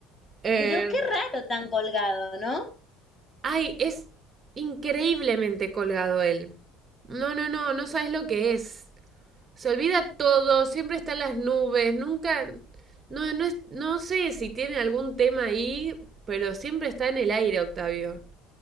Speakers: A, on the right (about 35°); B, on the left (about 25°).
A: Em,
B: Pero qué raro tan colgado, ¿no?
A: ay, es increíblemente colgado él. No, no, no, no sabes lo que es. Se olvida todo, siempre están las nubes, nunca, no, no, es- no sé si tiene algún tema ahí, pero siempre está en el aire, Octavio.